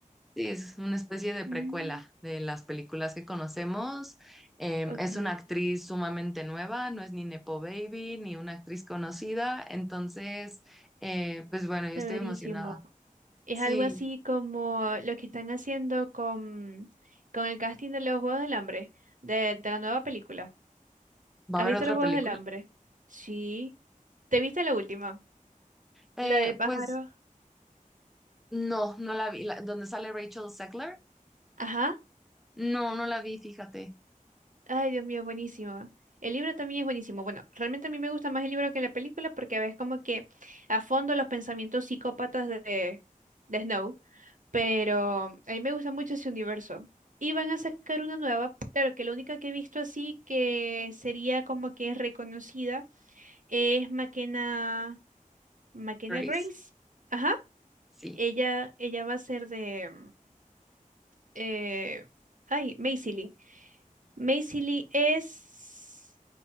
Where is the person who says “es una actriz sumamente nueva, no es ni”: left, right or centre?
Centre